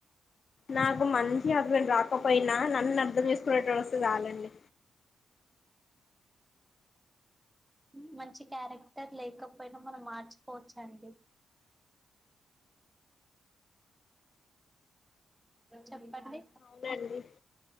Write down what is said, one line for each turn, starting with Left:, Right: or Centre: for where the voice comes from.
Left: నాకు మంచి హస్బెండ్ రాకపోయినా నన్ను అర్థం చేసుకునేటోడు వస్తే చాలండి
Centre: మ్మ్ మంచి క్యారెక్టర్ లేకపోయినా మనం మార్చుకోవచ్చు అండి చెప్పండి
Left: అవునండి